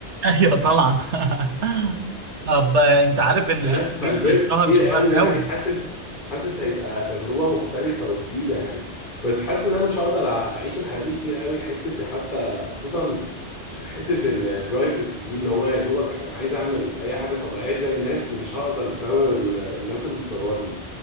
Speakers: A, on the right; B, on the left.
A: ايوه طبعا <laughs> طب انت عارف ان
B: ده
A: جاستن
B: اسفل
A: بيبر
B: بيرث
A: اتشهر
B: كتير
A: صغير
B: قوي يعني
A: قوي
B: حاسس حاسس هيبقى تجربه مختلفه وجديده يعني بس حاسس ان انا مش هقدر اعيش الحياه دي كتير قوي حته حتى خصوصا عشان حته البرايفسي دي اللي هو يا دوبك انا عايز اعمل اي حاجه طبيعيه زي الناس مش هقدر بسبب ال- الناس اللي بتصورني